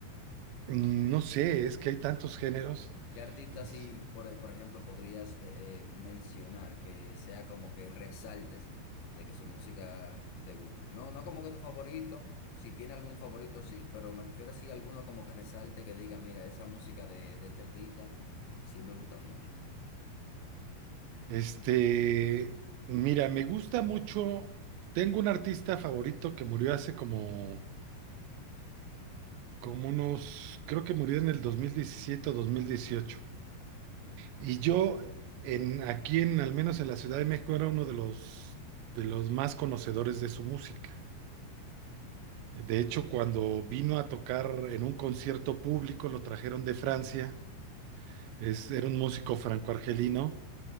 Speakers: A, on the right; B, on the left.
A: mm, no sé, es que hay tantos géneros.
B: ¿Qué artista
A: Es-
B: así, por, por ejemplo, podrías eh, eh, mencionar que sea como que resaltes de que su música te gusta? No, no como que tu favorito, si tiene algún favorito sí, pero me refiero así a alguno como que resalte que diga, mira, esa música de, de este artista sí me gusta mucho,
A: Este, mira, me gusta mucho. Tengo un artista favorito que murió hace como, como unos, creo que murió en el 2017 o 2018. Y yo, en, aquí en, al menos en la Ciudad de México, era uno de los, de los más conocedores de su música. De hecho, cuando vino a tocar en un concierto público, lo trajeron de Francia, es, era un músico franco-argelino,